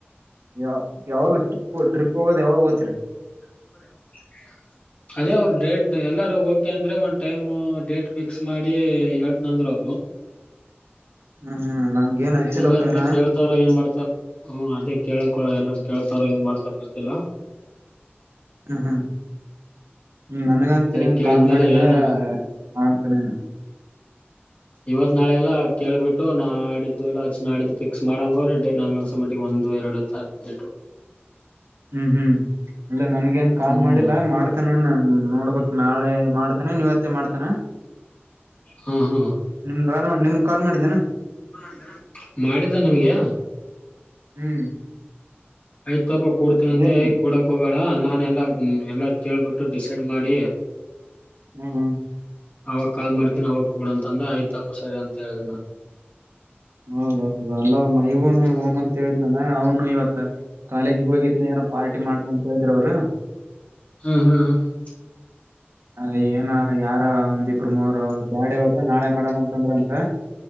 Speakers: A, on the right; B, on the left.
A: ಯಾವ ಯಾವಾಗ ಟ್ರಿಪ್ ಟ್ರಿಪ್ ಹೋಗೋದ್ ಯಾವಾಗ ಓತ್ರಿ.
B: <inaudible> ಅದೇ ಅವರು ಡೇಟ್ ಎಲ್ಲಾರು ಓಕೆ ಅಂದ್ರೆ ಒಂದ್ ಟೈಮ್ ಡೇಟ್ ಫಿಕ್ಸ್ ಮಾಡಿ ಹೇಳ್ತನ ಅಂದ್ರರು ಅವರು
A: <inaudible> ಹ್ಮ್ ಹ್ಮ್ ನನ್ಗ ಏನ್ ಹಚ್ಚಿಲ್ಲಪ್ಪ
B: ಎಲ್ಲಾರ
A: ಏನ
B: ಕೇಳ್ತಾರ ಏನ್ ಮಾಡ್ತಾರ ಹ್ಮ ಅದ. ಕೇಳಕ್ ಎಲ್ಲಾರ ಕೇಳ್ತಾರ ಏನ್ ಮಾಡ್ತಾರ ಗೊತ್ತಿಲ್ಲ.
A: ಹ್ಮ್ ಹ್ಮ್ ಹ್ಮ್ ನನಗಂತರಿ
B: ಅದ
A: ಏನ್
B: ಕೇಳಿದ್ಮೇಲೆ
A: ಕಾಲ್ ಮಾಡಿಲ್ಲ.
B: ಏನು
A: <unintelligible>
B: ಇವತ್ ನಾಳೆಲ್ಲ ಕೇಳ್ಬಿಟ್ಟು ನಾ ಆಡಿದ್ದುಲ್ಲ ಅಚ್ ಆಡಿದ್ದು ಪಿಕ್ಸ್ ಮಾಡಂಗ ಅವ್ರೆ ಡೇಡ್ ನಾಕಸ ಮಟ್ಟಿಗೆ ಒಂದ. ಒಂದು ಎರಡು ತು
A: ಹ್ಮ್ ಹ್ಮ್ ಇಲ್ಲ ನನ್ಗನ್ ಕಾಲ್
B: ಹ್ಮ್
A: ಮಾಡಿಲ್ಲ ಮಾಡ್ತಾನೇ ನೋಡ್ಬೇಕಕ್ ನಾಳೆ ಮಾಡ್ತಾನ ಇವತ್ತೇ ಮಾಡ್ತಾನ.
B: ಹ್ಮ್ ಹ್ಮ್
A: ನಿಮ್ ಕಾಲ್ ನಿಮ್ಗ್ ಕಾಲ್ ಮಾಡಿದ್ದಾನ
B: <inaudible> ಮಾಡಿದ್ದ ನನಗೆ.
A: ಹ್ಮ್
B: ಆಯ್ತಪ ಕೂಡ್ತೀನಂದೆ
A: ಏನ್
B: ಕೂಡಕ್ ಹೋಗಬೇಡ ನಾ. ಎಲ್ಲ ಎಲ್ಲಾರು ಕೇಳ್ಬಿಟ್ಟು ಡಿಸೈಡ್ ಮಾಡಿ.
A: ಹ್ಮ್ ಹ್ಮ್
B: ಅವಾಗ ಕಾಲ್ ಮಾಡ್ತೀನಿ ಅವಾಗ ಕೂಡ ಅಂತ ಅಂದೆ ಆಯ್ತು ಹಾಕು ಸರಿ ಅಂತ ಹೇಳಿದೆ ನಾನು
A: ಹೌದೌದು ಅಲ್ಲ ಮೈಬೂನು ಹೋಗು
B: ಹ್ಮ್
A: ಅಂತ ಹೇಳಿದ್ನಾನ ಅವ್ನು ಇವತ್ತ ಕಾಲೇಜಿಗೆ ಹೋಗಿದ್ನ ಏನ ಪಾರ್ಟಿ ಮಾಡ್ತವಿ ಅಂತ ಹೇಳಿದ್ರು ಅವರು
B: ಹ್ಮ್ ಹ್ಮ್ ಹ್ಮ್ ಹ್ಮ
A: ಹ ಏನ ಯಾರ ಒಂದು ಇಬ್ಬರು ಮೂವರು ಬ್ಯಾಡ ಇವತ್ತು ನಾಳೆ ಮಾಡಮ್ ಅಂತಂದ್ರ ಅಂತ